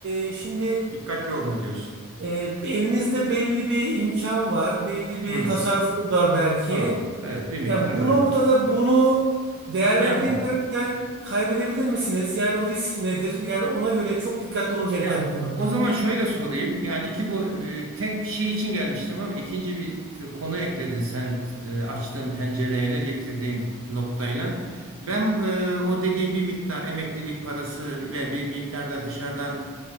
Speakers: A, on the right; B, on the right.
A: e, şimdi
B: Dikkatli ol mu diyorsun?
A: e, elinizde belli bir imkan var, belli bir
B: Hmm.
A: tasarrufunuz var belki.
B: Doğru. Evet, bir miktar
A: Ya bu
B: var.
A: noktada bunu değerlendireyim
B: Ne yapayım?
A: derken kaybedebilir misiniz? Yani o risk nedir? Yani ona göre çok dikkatli olmamız gereken
B: Ya
A: bir konu bu.
B: o zaman şöyle sorayım. Yani iki bu e, tek şey için gelmiştim ama ikinci bir konu ekledin sen e, açtığın pencereyle getirdiğin noktayla. Ben e, o dediğim bir miktar emeklilik parası ve bir miktar da dışarıdan